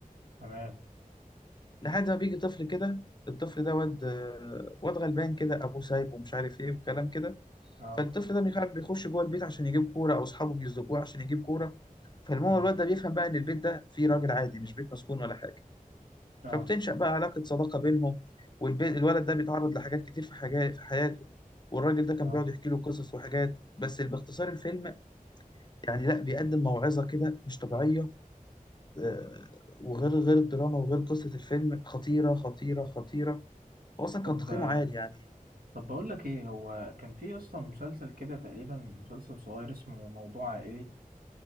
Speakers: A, on the right (about 85°); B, on the left (about 30°).
A: تمام
B: لحد ما بيجي طفل كده الطفل ده واد واد غلبان كده ابوه سايبه ومش عارف ايه والكلام كده
A: اه
B: فالطفل ده بيخاف بيخش جوه البيت عشان يجيب كوره او اصحابه بيزقوه عشان يجيب كوره فالمهم
A: مم،
B: الواد ده بيفهم بقى ان البيت ده فيه راجل عادي مش بيت مسكون ولا حاجه
A: اه
B: فبتنشأ بقى علاقه صداقه بينهم والبيت الولد ده بيتعرض لحاجات كتير في حاجات في حياته والراجل ده كان
A: اه
B: بيقعد يحكي له قصص وحاجات بس باختصار الفيلم يعني لا بيقدم موعظه كده مش طبيعيه آه، وغير غير الدراما وغير قصه الفيلم خطيره خطيره خطيره هو اصلا كان
A: طب
B: تقييمه عالي يعني
A: طب بقول لك ايه هو كان في اصلا مسلسل كده تقريبا مسلسل صغير اسمه موضوع عائلي